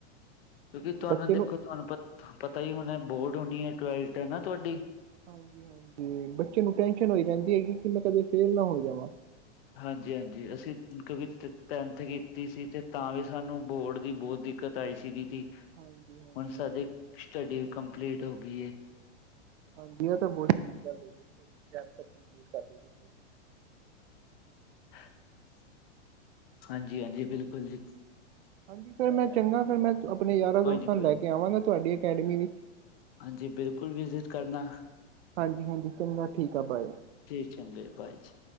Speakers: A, on the left; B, on the right.
A: ਕਿਉਂਕਿ ਤੁਹਾਨੂੰ
B: ਬੱਚੇ
A: ਦੇਖੋ
B: ਨੂੰ
A: ਤੁਹਾਨੂੰ ਪ ਪਤਾ ਈ ਹੋਣਾ ਬੋਰਡ ਹੋਣੀ ਐ ਟਵੈਲਟ ਏ ਨਾ ਤੁਹਾਡੀ।
B: ਹਾਂਜੀ-ਹਾਂਜੀ ਬੱਚੇ ਨੂੰ ਟੈਸ਼ਨ ਹੋਈ ਰਹਿੰਦੀ ਹੈਗੀ ਕਿ ਮੈਂ ਕਦੇ ਫੇਲ ਨਾ ਹੋ ਜਾਵਾਂ।
A: ਹਾਂਜੀ-ਹਾਂਜੀ ਅਸੀਂ ਕਵੀ ਟ ਟੈਨਥ ਕੀਤੀ ਸੀ 'ਤੇ ਤਾਂ ਵੀ ਸਾਨੂੰ ਬੋਰਡ ਦੀ ਬੋ ਦਿੱ ਕਤ ਆਈ ਸੀਗੀ ਤੀ,
B: ਹਾਂਜੀ ਹਾਂਜੀ
A: ਹੁਣ ਸਾਡੀ ਸਟੱਡੀ ਕੰਪਲੀਟ ਹੋਗੀ ਏ।
B: ਹਾਂਜੀ ਏ 'ਤੇ ਬੋ ਚੰਗੀ ਗੱਲ ਹੈਗੀ ਏ ਟਾਇਮ ਤੱਕ ਕੰਪਲੀਟ ਕਰਲੀ ਤੁਸੀਂ।
A: <inaudible> ਹਾਂਜੀ-ਹਾਂਜੀ ਬਿਲਕੁੱਲ ਜੀ।
B: ਹਾਂਜੀ ਫੇਰ ਮੈਂ ਚੰਗਾ ਫੇਰ ਮੈਂ ਆਪਣੇ ਯਾਰਾਂ,
A: ਕੋਈ
B: ਦੋਸਤਾਂ
A: ਨੀ ਕੋਈ
B: ਨੂੰ ਲੈ
A: ਨੀ
B: ਕੇ ਆਵਾਂਗਾ ਤੁਹਾਡੀ ਅਕੈਡਮੀ ਵਿੱ
A: ਹਾਂਜੀ ਬਿਲਕੁਲ ਵਿਜਿਟ ਕਰਨਾ
B: ਹਾਂਜੀ-ਹਾਂਜੀ ਚੰਗਾ ਠੀਕ ਆ ਬਾਏ।
A: ਠੀਕ ਚੰਗਾ ਜੀ ਬਾਏ ਜੀ।